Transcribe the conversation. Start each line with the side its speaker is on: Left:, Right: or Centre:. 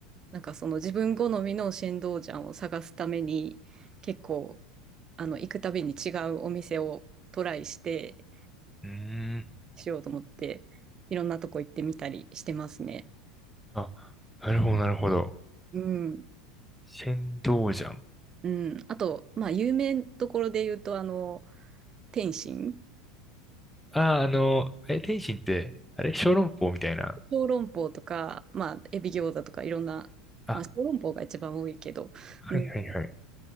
Right: なんかその自分好みの新道ジャンを探すために結構あの行くたびに違うお店をトライして
Centre: うーん。
Right: しようと思っていろんなとこ行ってみたりしてますね。
Centre: あ、なるほど、なるほど。
Right: うん。
Centre: 仙道ジャン。
Right: うん。あと、まあ有名どころで言うとあの天津、
Centre: ああ、あの、え、天津って、あれ小籠包みたいな。
Right: 小籠包とか、まあエビ餃子とかいろんな、
Centre: あ、
Right: まあ小籠包が一番多いけど、
Centre: はいはいはい。
Right: うん。